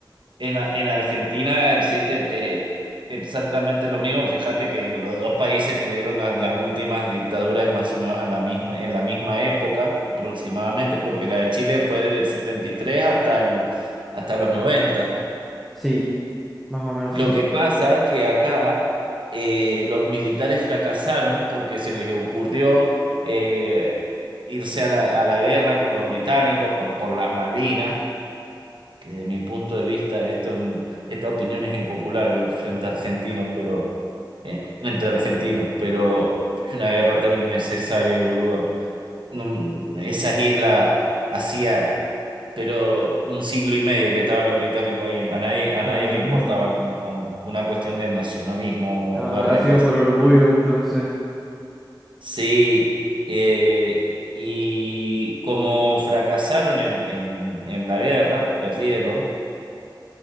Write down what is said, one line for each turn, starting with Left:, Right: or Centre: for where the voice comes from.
Right: en, A- en Argentina existe eh, exactamente lo mismo. Fíjate que los dos países tuvieron la- las últimas dictaduras más o menos a la misma, en la misma época aproximadamente, porque la de Chile fue del 73 hasta el, hasta los noventa
Centre: Sí, más o menos
Right: Lo
Centre: sí.
Right: que pasa que acá eh, los militares fracasaron porque se les ocurrió eh, irse a la, a la guerra con los británicos por, por las Malvinas, que desde mi punto de vista esto, es un- esta opinión es impopular frente a argentinos, pero eh, entre argentinos, pero es una guerra tan innecesaria y boluda no, esas islas hacía, pero un siglo y medio que estaban los británicos ahí. A nadie, a nadie
Centre: Ah,
Right: le importaba en el fondo. Una cuestión de nacionalismo,
Centre: ah,
Right: berretas.
Centre: habrá sido por orgullo entonces,
Right: Sí, eh, y como fracasaron en, en, en la guerra, perdieron.